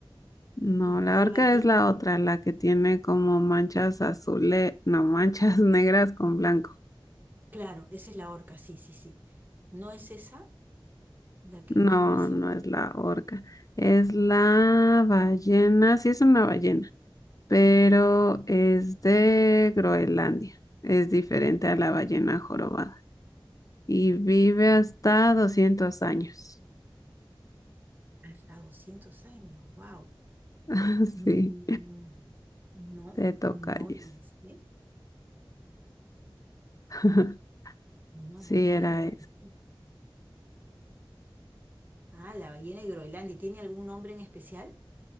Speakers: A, on the left; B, on the right.
A: No,
B: ¿Y
A: la
B: cuál
A: orca
B: ballena?
A: es la otra, la que tiene como manchas azules, no, manchas <laughs> negras con blanco.
B: Claro, esa es la orca, sí, sí, sí. ¿No es esa la que
A: No,
B: vive más
A: no
B: años?
A: es la orca. Es la ballena, sí es una ballena, pero es de Groenlandia. Es diferente a la ballena jorobada y vive hasta 200 años.
B: Hasta 200 años, wow.
A: <laughs>
B: no,
A: Sí,
B: no
A: te toca,
B: la
A: Jess.
B: sé,
A: <laughs>
B: no
A: Sí,
B: la sé,
A: era
B: no la sé. Ah, la ballena de Groenlandia, ¿tiene algún nombre en especial?